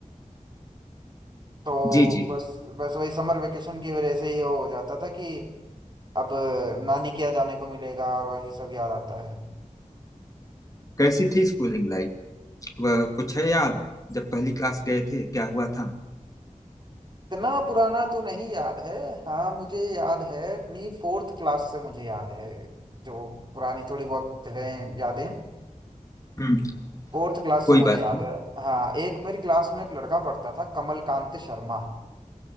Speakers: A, on the right (about 35°); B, on the left (about 25°).
A: तो
B: जी जी
A: बस बस वही समर वेकेशन की वजह से ये हो जाता था कि अब नानी के यहाँ जाने को मिलेगा और वही सब याद आता है
B: कैसी थी स्कूलिंग लाइफ वह कुछ है याद जब पहली क्लास गए थे क्या हुआ था
A: इतना पुराना तो नहीं याद है हाँ मुझे याद है अपनी फोर्थ क्लास से मुझे याद है जो पुरानी थोड़ी बहुत है यादें
B: हम्म
A: फोर्थ क्लास
B: कोई
A: से मुझे
B: बात
A: याद
B: नहीं
A: है हाँ एक मेरी क्लास में एक लड़का पढ़ता था कमलकांत शर्मा